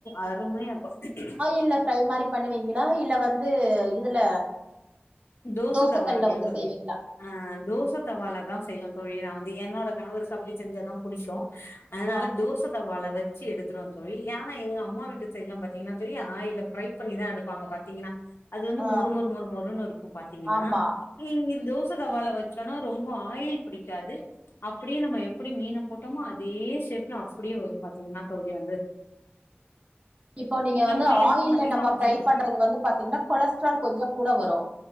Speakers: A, on the left; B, on the right.
A: அருமையா இருக்கு
B: இல்ல ஃப்ரை மாரி பண்ணுவீங்களா இல்ல வந்து இதுல
A: தோச
B: தோசக்கல்ல
A: தவா இருக்குல்ல
B: வந்து
A: தோழி
B: செய்வீங்களா
A: ஆ தோச தவால தா செய்வே தோழி நா வந்து என்னோட கணவருக்கு அப்டி செஞ்சதா புடிக்கு அதனால
B: ஆ
A: தோச தவால வச் வச்சி எடுத்துருவே தோழி ஏனா எங்க அம்மா வீட்டு சைடுலா பாத்தீங்கன்னா ஆயில் அ ஃப்ரை பண்ணிதா எடுப்பாங்க பாத்தீங்கன்னா அது வந்து
B: ஆ
A: மொறு மொறு மொறு மொறுன்னு இருக்கு பாத்தீங்கன்னா
B: ஆமா
A: நீங்க தோச தவால வச்சோன்னா ரொம்ப ஆயில் பிடிக்காது அப்டியே நம்ம எப்டி மீன போட்டோமோ அதே ஷேப்ல அப்டியே வரு பாத்தீங்கன்னா தோழி அது
B: <inaudible> இப்போ நீங்க வந்து
A: பையனுக்கும்
B: ஆயில்
A: பாத்தீங்கன்னா
B: ல நம்ம
A: அப்படித்தா
B: ஃப்ரை
A: குடுப்பே
B: பண்றது வந்து பாத்தீங்கன்னா கொலஸ்ட்ரால் கொஞ்சோ கூட வரு